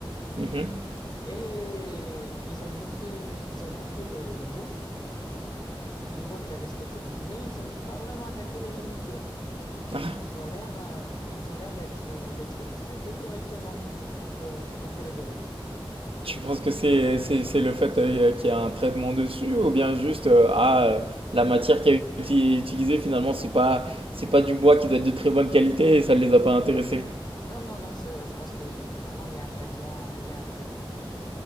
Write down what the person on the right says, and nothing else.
Mhm.
<laughs>
Tu penses que c'est c'est- c'est le fait euh, qu'il y a un traitement dessus ou bien juste euh, ah, euh, la matière qui a été utilisée finalement c'est pas c'est pas du bois qui doit être de très bonne qualité et ça ne les a pas intéressés.